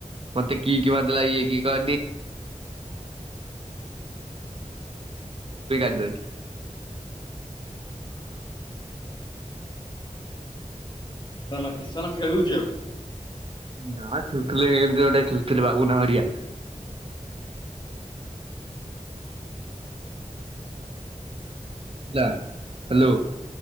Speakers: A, on the right (about 45°); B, on the left (about 35°).
A: ମତେ କି କି ବା ବଦ ଲାଇେ କିଏ। <unintelligible> <unintelligible>
B: ହଁ। କିସନ କିଶନ ଖେଳୁଛି ଆଉ?
A: ନା ଖେଳୁଥିଲେମତି ଗୋଟେ ଖେଳଥିଲେ ବାବୁନା ହରିଆ ଯା ହ୍ୟାଲୋ।
B: ହଁ